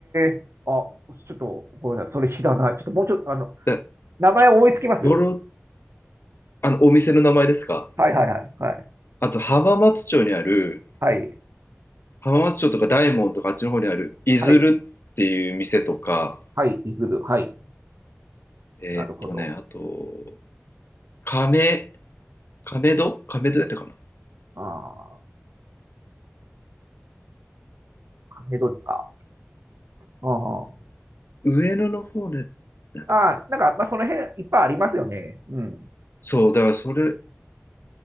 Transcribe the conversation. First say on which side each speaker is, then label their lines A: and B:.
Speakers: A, on the right; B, on the left.
A: えあ、ちょっと、ごめんなさい。それ知らない。ちょっともうちょっと、あの、
B: で、
A: 名前思いつきます
B: ドロ、あの、お店の名前ですか
A: はいはいはい。はい。
B: あと浜松町にある、
A: はい。
B: 浜松町とか大門とかあっちの方にある、いずるっていう店とか、
A: はい。はい。いずる。はい。
B: えーっとね、
A: なるほど。
B: あと、亀、亀戸亀戸やったかな
A: ああ、関係どうですか。ああ、
B: 上野の方で、なんだっけな
A: ああなんか、まあ、その辺いっぱいありますよね。うん。
B: そう、だからそれ、